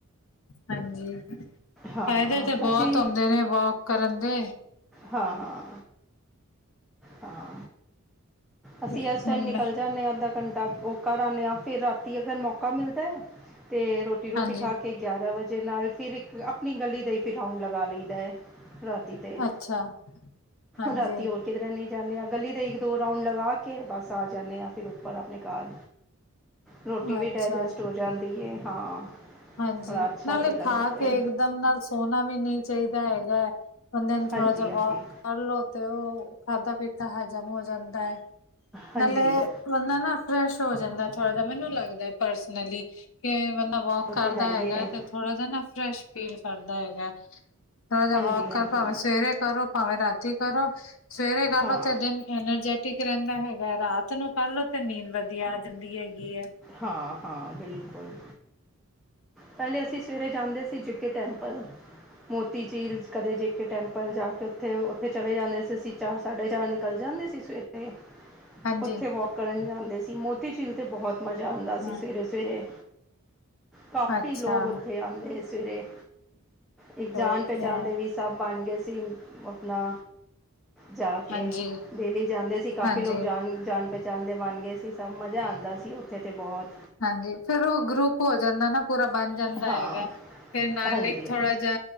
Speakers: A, on the left; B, in the centre.
A: ਹਾਂਜੀ, ਫਾਇਦੇ
B: ਹਾਂ
A: ਤੇ ਬਹੁਤ
B: ਅਸੀਂ
A: ਹੁੰਦੇ ਨੇ ਵਾਕ ਕਰਨ ਦੇ।
B: ਹਾਂ ਹਾਂ ਹਾਂ। ਅਸੀਂ
A: ਤੇ
B: ਇਸ ਟਾਈਮ
A: ਹੁਣ
B: ਨਿਕਲ
A: ਮੈਂ
B: ਜਾਣੇ ਆ। ਤਾਂ ਉਹ ਘਰ ਆਣੇ ਫਿਰ ਆ ਫਿਰ ਰਾਤੀ ਅ ਫਿਰ ਮੌਕਾ ਮਿਲਦਾ ਤੇ ਰੋਟੀ ਰੋਟੀ
A: ਹਾਂਜੀ
B: ਖਾ ਕੇ। ਗਿਆਰਾਂ ਵਜੇ ਨਾਲ ਫਿਰ ਇੱਕ ਆਪਣੀ ਗਲੀ ਦਾ ਹੀ ਫ ਰਾਂਊਡ ਲਗਾ ਲਈਦਾ। ਰਾਤੀ ਤੇ
A: ਅੱਛਾ ਹਾਂਜੀ
B: ਰਾਤੀ ਹੋਰ ਕਿਧਰ ਨੀ ਜਾਣੇ ਆ ਗਲੀ ਤੇ ਇੱਕ ਦੋ ਰਾਊਂਡ ਲਗਾ ਕੇ ਬਸ ਆ ਜਾਣੇ ਆ ਫਿਰ ਉੱਪਰ ਆਪਣੇ ਘਰ ਰੋਟੀ ਵੀ
A: ਅੱਛਾ।
B: ਡਟ ਹੋ। ਜਾਂਦੀ ਐ ਹਾਂ।
A: ਹਾਂਜੀ‌‌।
B: ਥੋੜ੍ਹਾ ਅੱਛਾ
A: ਨਾਲੇ
B: ਵੀ ਲੱਗਦਾ
A: ਖਾਕੇ
B: ਵੇ
A: ਇੱਕਦਮ ਨਾਲ ਸੋਣਾ ਵੀ ਨਹੀਂ ਚਾਹੀਦਾ, ਹੈਗਾ ਹੈ। ਬੰਦੇ ਨ ਥੋੜਾ
B: ਹਾਂਜੀ
A: ਜਾ, ਵੌਕ
B: ਹਾਂਜੀ
A: ਕਰਲਓ ਤੇ ਉਹ ਖਾਧਾ-ਪੀਤਾ ਹਜਮ ਹੋ ਜਾਂਦਾ ਹੈ,
B: ਹਾਂਜੀ
A: ਨਾਲੇ ਬੰਦਾ ਨਾ ਫਰੈਸ਼ ਹੋ ਜਾਂਦਾ ਥੋੜਾ ਜਾ, ਮੈਨੂੰ ਲੱਗਦਾ ਪਰਸਨਲੀ ਕਿ ਬੰਦਾ ਬਹੁਤ
B: ਉਹ
A: ਕਰਦਾ
B: ਤਾਂ ਹੈ ਹੀ
A: ਹੈਗਾ,
B: ਹੈ
A: ਤੇ ਥੋੜਾ ਜਾ ਨਾ ਫਰੈਸ਼ ਫੀਲ ਕਰਦਾ ਹੈਗਾ। ਥੋੜਾ ਜਾ
B: ਹਾਂਜੀ
A: ਵੌਕ ਕਰਦਾ
B: ਹਾਂਜੀ
A: ਹੋਵੇ, ਸਵੇਰੇ ਕਰੋ ਭਾਵੇਂ ਰਾਤੀ ਕਰੋ, ਸਵੇਰੇ ਕਰਲੋ
B: ਹਾਂ
A: ਤੇ ਦਿਨ ਐਨਰਜੈਟਿਕ ਰਹਿੰਦਾ ਹੈਗਾ, ਰਾਤ ਨੂੰ ਕਰਲੋ, ਤੇ ਨੀਂਦ ਵਧੀਆ ਆ ਜਾਂਦੀ ਹੈਗੀ ਹੈ।
B: ਹਾਂ-ਹਾਂ, ਬਿਲਕੁਲ। ਪਹਿਲੇ ਅਸੀਂ ਸਵੇਰੇ ਜਾਂਦੇ ਸੀ, ਜੀਕੇ ਟੈਂਪਲ। ਮੋਤੀ ਝੀਲ'ਚ ਕਦੇ ਜੇਕੇ ਟੈਂਪਲ ਜਾਕੇ ਉੱਥੇ, ਉੱਥੇ ਚਲੇ ਜਾਂਦੇ ਸੀ ਅਸੀਂ ਚਾਰ, ਸਾਢੇ-ਚਾਰ ਨਿਕਲ ਜਾਂਦੇ ਸੀ। ਸਵੇਰੇ।
A: ਹਾਂਜੀ
B: ਉੱਥੇ ਵੌਕ ਕਰਨ ਜਾਂਦੇ ਸੀ, ਮੋਤੀ ਝੀਲ ਤੇ ਬਹੁਤ ਮਜ਼ਾ ਆਉਂਦਾ
A: ਹਾਂ
B: ਸੀ। ਸਵੇਰੇ ਸਵੇਰੇ ਕਾਫੀ
A: ਅੱਛਾ
B: ਲੋਕ ਉੱਥੇ ਆਂਦੇ ਸਵੇਰੇ, ਇੱਕ ਜਾਣ-ਪਹਿਚਾਣ
A: ਹਾਂਜੀ
B: ਦੇ ਵੀ ਸਭ ਬਣਗੇ ਸੀ, ਅਂ ਅਪਨਾ ਜਾਕੇ
A: ਹਾਂਜੀ
B: ਡੇਲੀ ਜਾਂਦੇ ਸੀ। ਕਾਫ਼ੀ
A: ਹਾਂਜੀ
B: ਲੋਕ ਜਾਣ, ਜਾਣ ਪਹਿਚਾਨ ਦੇ ਬਣਗੇ ਸੀ ਸਭ, ਮਜ਼ਾ ਆਂਦਾ ਸੀ ਉੱਥੇ ਤੇ ਬਹੁਤ।
A: ਹਾਂਜੀ, ਫਿਰ ਉਹ ਗ੍ਰੂਪ ਹੋ ਜਾਂਦਾ ਨਾ, ਪੂਰਾ ਬਣ ਜਾਂਦਾ
B: ਹਾਂ
A: ਹੈਗਾ, ਫਿਰ ਨਾਲ
B: ਹਾਂਜੀ
A: ਇੱਕ ਥੋੜ੍ਹਾ
B: ਹਾਂਜੀ
A: ਜਾ